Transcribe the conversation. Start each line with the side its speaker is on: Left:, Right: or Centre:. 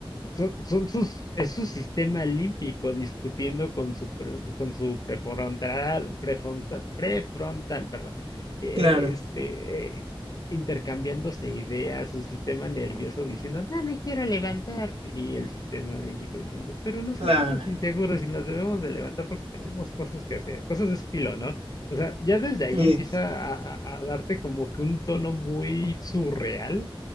Left: Son, son sus, es su sistema límpico discutiendo con su, pre- con su prefrontal, prefrontal, prefrontal, perdón, eh, eh,
Right: Claro,
Left: este, eh, intercambiándose ideas, su sistema nervioso diciendo, no me quiero levantar, y el sistema límbico diciendo, pero nos
Right: claro.
Left: sentimos inseguros y nos debemos de levantar porque tenemos cosas que hacer, cosas de estilo, ¿no? O sea, ya desde ahí
Right: Sí,
Left: empieza a, a a darte como que un tono muy surreal,